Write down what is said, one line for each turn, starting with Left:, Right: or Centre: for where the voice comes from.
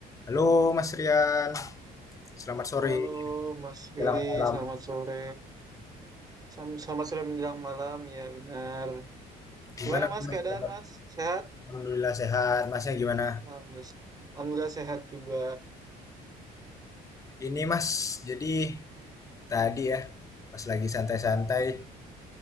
Left: Halo Mas Rian, selamat sore.
Right: Halo Mas Billy,
Left: Selamat malam.
Right: selamat sore. Sam- Selamat sore menjelang malam, ya benar.
Left: Gimana
Right: Gimana Mas
Left: Mas?
Right: keadaan
Left: Kabar?
Right: Mas? Sehat?
Left: Alhamdulillah sehat. Masnya gimana?
Right: Alhamdulillah, Alhamdulillah sehat juga.
Left: Ini Mas, jadi tadi ya, pas lagi santai-santai,